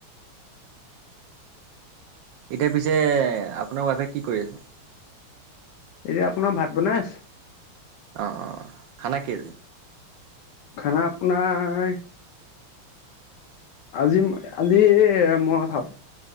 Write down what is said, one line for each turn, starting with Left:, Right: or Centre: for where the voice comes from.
Right: এতিয়া পিছে আপোনাৰ ৱাইফে কি কৰি আছে
Left: এতিয়া আপোনাৰ ভাত বনাই আছে
Right: অ অ খানা কি
Left: খানা আপোৰ আজি আজি এ মই চাব